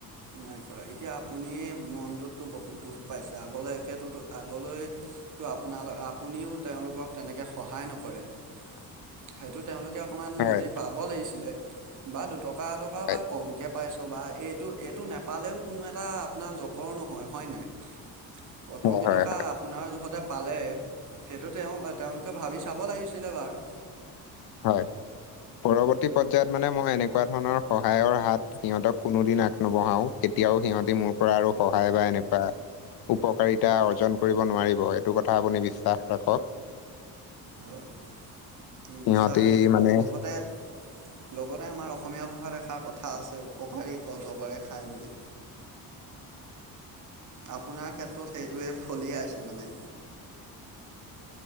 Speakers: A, on the right (about 50°); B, on the left (about 70°).
A: নাই কৰা এতিয়া আপুনি মনটোততো বহুত দুখ পাইছে আগলৈ একোতো আগলৈ। তো আপোনাল আপুনিও তেওঁলোকক তেনেকৈ সহায় নকৰে <unintelligible>
B: <inaudible>
A: সেইটো তেওঁলোকে অকণমান
B: হয়
A: বুজি পাব লাগিছিলে, বা দুটকা এটকা
B: হয়
A: বা কমকে পাইছ বা এইটো এইটো নাপালেও কোনো এটা আপোনাৰ জকৰ নহয়, হয় নাই? কঠৰকী
B: হয় হয়
A: টকা
B: হয়
A: আপোনাৰ যহতে পালে, সেইটো তেওঁ তেওঁলোকে ভাবি চাব লাগিছিলে বাৰ।
B: হয়। পৰৱৰ্তী পৰ্যায়ত মানে মই এনেকুৱা ধৰণৰ সহায়ৰ হাত সিহঁতক কোনো দিন আগ নবঢ়াও। কেতিয়াও সিহঁতে মোৰ পৰা আৰু সহায় বা এনেকুৱা উপকাৰিতা অৰ্জন কৰিব নোৱাৰিব এইটো কথা আপুনি বিশ্বাস ৰাখক।
A: হয় হয় ম
B: সিহঁতি
A: বিশ্বাস ৰাখিছোঁ
B: মানে
A: বাৰু লগতে লগতে আমাৰ অসমীয়া ভাষাত এষাৰ কথা আছে উপকাৰীক অজগৰে খাই বুলি। আপোনাৰ ক্ষেত্ৰত সেইটোৱে ফলিয়াইছে মানে।